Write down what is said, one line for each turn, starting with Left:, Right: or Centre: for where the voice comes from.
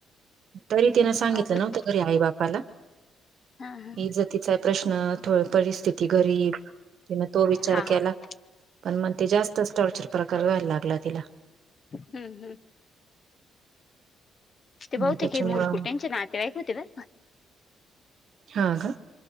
Right: तरी तिन सांगितलं
Left: अवघड
Right: नव्हत अरे आई बापाला.
Left: हा हा
Right: इज तचा आहे प्रश्न थोड परिस्थिती. त गरीब तिने तो विचार
Left: हा हम्म
Right: केला पण मग ते जास्त. च टॉर्चर प्रकार व्हायला लागला तिला.
Left: हम्म हम्म. ते
Right: हम्म,
Left: बहते
Right: त्याच्यामुळं
Left: क मुूर्कु टेनशन आतेवाईक होते बर.
Right: हा का